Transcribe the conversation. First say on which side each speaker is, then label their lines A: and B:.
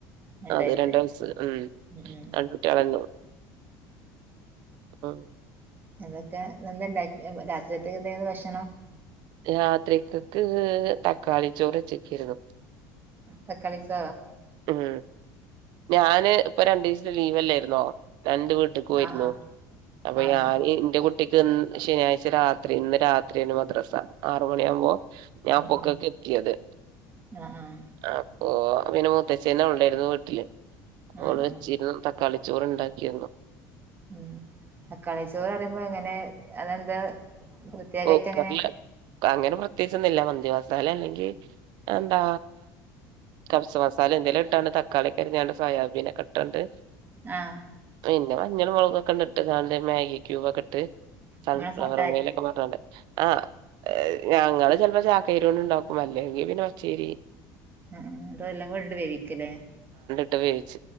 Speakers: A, on the right (about 25°); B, on the right (about 60°).
A: രണ്ട്
B: അത
A: വയസ്സായി
B: രണ്ടസ ഉം
A: ഉം ഉം
B: രണ്ട കുട്ടിക ആള ഉം
A: എന്തൊക്കെ എന്തണ്ട രാത്രിയത്തക്ക എന്തെിലും ഭക്ഷണം
B: രാത്രികക് തക്കാളി ചോറ് വെച്ചിക്കയന്ന്
A: തക്കളി സ
B: ഉം ഞാന് ഇപ്പൊ രണ്ടു ദിവസത്തെ ലീവ്ല്ലായിരുന്നോ രണ്ട് വീട്ടേക്ക് പോയിരുന്നു
A: ആഹ് ആഹ്
B: അപ്പൊ
A: ആഹ്
B: ഞാന്
A: ആഹ്
B: എന്റെ കുട്ട കുട്ടിക്ക് ശനിയാഴ്ച രാത്രി ഇന്ന് രാത്രിയാണ് മദ്രാസ ആറ മണിയാകുമ്പോൾ ഞാൻ
A: ഉം
B: പൊക്കൊക്കെ
A: ഉം
B: എത്തിയത്
A: ആഹ് ആഹ്
B: ആ ഓ പിനെ മുത്തച്ഛിന്നെ ഉണ്ടായിരുന്നു വീട്ടില്
A: ആഹ്
B: ഓൾ വെച്ചിരുന്നു
A: ആഹ്
B: കളിച്ചോറ് ഉണ്ടാക്കിരുന്നു
A: ഉം കളിച്ചോർ അറിയുമ്പോ എങ്ങനെ അതെന്താ പ്രൃത്യേകായിട്ട്
B: കുക്കറില്
A: അങ്ങനെ
B: അങ്ങനെ പ്രത്യേകിച്ചൊന്നില്ല മന്തിമസാല അല്ലെങ്കിൽ എന്താ കർസ മസാല എന്തെങ്കിലും ഇട്ടാണ് തക്കാളി കയിഞ്ഞാണ്ട് സോയാാബീനൊക്കെ ഇട്ടണ്ട്
A: ആഹ്
B: പിന്നെ മഞ്ഞൾ മുളക് ക്കെണ്ട് ഇട്ട്ങ്ങാണ്ട് മാഗി ക്യൂബൊക്കെട്ട് സൺഫ്ലവർ
A: നമ്മളെ സാധാ
B: ഓയലൊ
A: അരി
B: ആ് ഞങ്ങള് ചെപ്പോ ചാക്കേരി കൊണ്ട്ണ്ടാക്കും അല്ലെങ്കി പിന്നെ പ ച്ചേരി
A: ആ അത എല്ലാം കൊടെട്ട് വേവിക്കലേ
B: ഇട്ട് വേവിച്ച